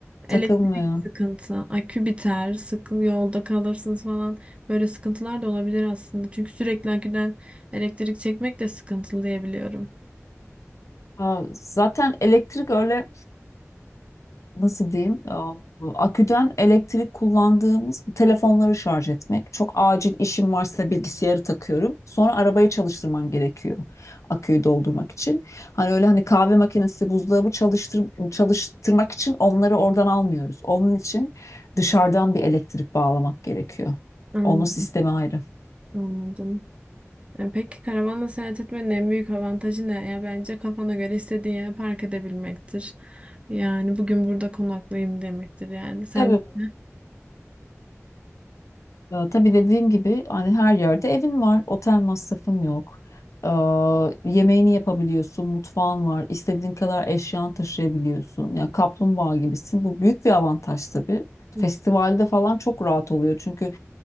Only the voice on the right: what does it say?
elektrik sıkıntı, akü biter, sıkı yolda kalırsınız falan. Böyle sıkıntılar da olabilir aslında. Çünkü sürekli aküden elektrik çekmek de sıkıntılı diyebiliyorum.
Anladım.
anladım. E, Peki karavanla seyahat etmenin en büyük avantajı ne? Ya bence kafana göre istediğin yere park edebilmektir. Yani bugün burada konaklayayım demektir yani. Sen
<laughs>
Hı